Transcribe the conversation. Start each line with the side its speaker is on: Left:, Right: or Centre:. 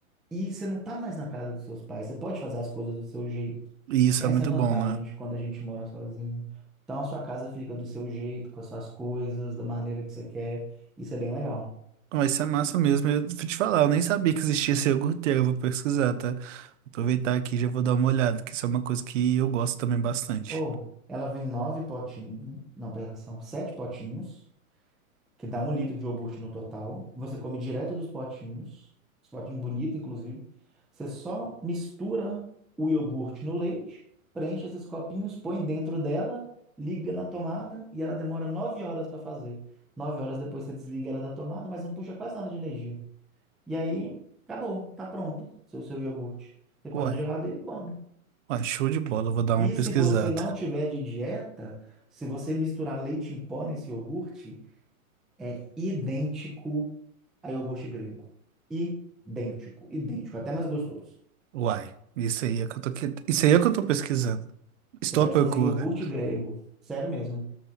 Centre: E você não tá mais na casa dos seus pais, você pode fazer as coisas do seu jeito.
Right: E Isso
Centre: Essa
Right: é muito
Centre: é a vantagem
Right: bom, né?
Centre: de quando a gente mora sozinho. Então a sua casa fica do seu jeito, com as suas coisas, da maneira que você quer. Isso é bem legal.
Right: Mas isso é massa mesmo. Eu vou te falar, eu nem sabia que existia esse iogurteiro. Eu vou pesquisar, tá? Vou aproveitar aqui e já vou dar uma olhada, que isso é uma coisa que eu gosto também bastante.
Centre: Ou ela vem nove potinhos, não, pera, são sete potinhos. que dá um litro de iogurte no total. Você come direto dos potinhos, os potinhos bonitos, inclusive. Você só mistura o iogurte no leite, preenche esses copinhos, põe dentro dela, liga na tomada e ela demora nove horas para fazer. Nove horas depois você desliga ela da tomada, mas não puxa quase nada de energia. E aí, acabou, tá pronta seu, seu iogurte. Você põe
Right: Uai,
Centre: na geladeira e come.
Right: uai, show de bola. Eu vou dar
Centre: E
Right: uma pesquisada.
Centre: se você não tiver de dieta, se você misturar leite em pó nesse iogurte, é idêntico a iogurte grego. Idêntico, idêntico, até mais gostoso.
Right: Uai, isso aí é que eu tô, que... isso aí é que eu tô pesquisando. Estou
Centre: Você pode
Right: à procura.
Centre: fazer iogurte grego, sério mesmo.